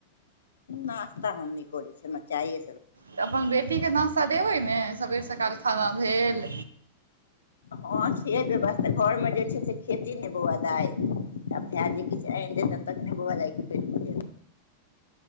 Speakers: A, on the left; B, on the right.
A: नास्ता हमनइ कर छै हमरा चाय
B: तऽ अपन बेटीकेँ नाश्ता देबै ने सवेर सकाल खाना भेल
A: हँ छ व्यवस्था घरमे जे छै से खेती नहि बुउआ दाइ त भ्य जे किछ आ देन तने बे